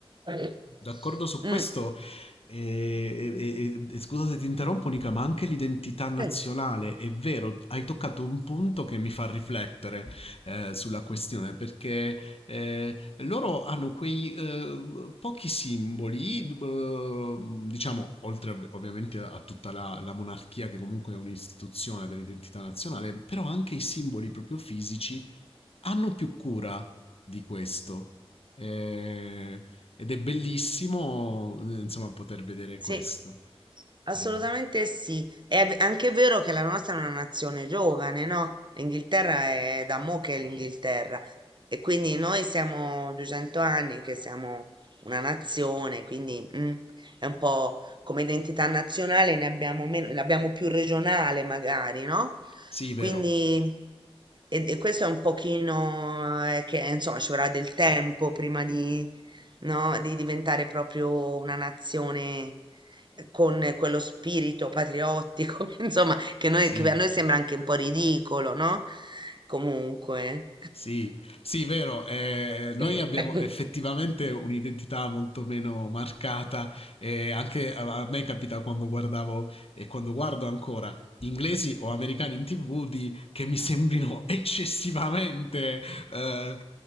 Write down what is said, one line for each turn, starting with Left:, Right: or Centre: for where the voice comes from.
Right: eh,
Left: D'accordo su
Right: Mm,
Left: questo, e, e- e- e scusa se ti interrompo Nica, ma anche l'identità nazionale,
Right: sì.
Left: è vero, hai toccato un punto che mi fa riflettere eh, sulla questione, perché eh, loro hanno quei eh, pochi simboli, eh, diciamo, oltre ov- ovviamente a tutta la, la monarchia che comunque è un'istituzione dell'identità nazionale, però anche i simboli proprio fisici hanno più cura di questo. Eh, ed è bellissimo, eh, insomma, poter vedere
Right: Sì,
Left: questo.
Right: assolutamente
Left: Eh,
Right: sì. È v- anche vero che la nostra è una nazione giovane, no? L'Inghilterra è da mo' che è l'Inghilterra e quindi noi siamo 200 anni che siamo una nazione, quindi mm, è un po' come identità nazionale ne abbiamo meno, ne abbiamo più regionale magari, no?
Left: sì, vero.
Right: Quindi e, e questo è un pochino eh, che insomma ci vorrà del tempo prima di no? Di diventare proprio una nazione eh, con quello spirito patriottico, <laughs> insomma, che, noi,
Left: Sì.
Right: che a noi sembra anche un po' ridicolo, no? Comunque.
Left: Sì, sì, vero. eh, noi
Right: <laughs>
Left: abbiamo effettivamente un'identità molto meno marcata. eh, anche a, a me capita quando guardavo e quando guardo ancora inglesi o americani in TV di, che mi sembrino <laughs> eccessivamente eh,